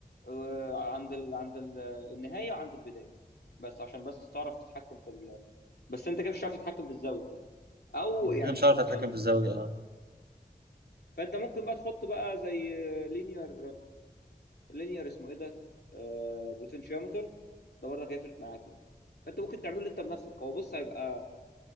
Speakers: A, on the left; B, on the right.
A: آه عند ال... عند ال... النهايه وعند البدايه بس عشان بس تعرف تتحكم في ال... بس انت كده مش هتعرف تتحكم في الزاويه او
B: انا
A: يعني
B: مش عارف اتحكم
A: يعني
B: في الزاويه اه
A: فانت ممكن بقى تحط بقى زي لينير لينير اسمه ايه ده آه بوتنشيومتر ده برضك هيفرق معاك يعني فانت ممكن تعمله انت بنفسك هو بص هيبقى